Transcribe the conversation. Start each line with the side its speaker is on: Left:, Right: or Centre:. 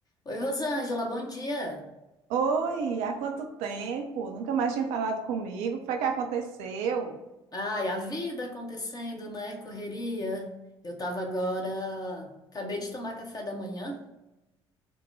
Left: Oi, Rosângela, bom dia.
Right: Oi, há quanto tempo? Nunca mais tinha falado comigo. O que foi que aconteceu?
Left: Ai, a vida acontecendo, né? Correria. Eu tava agora. Acabei de tomar café da manhã.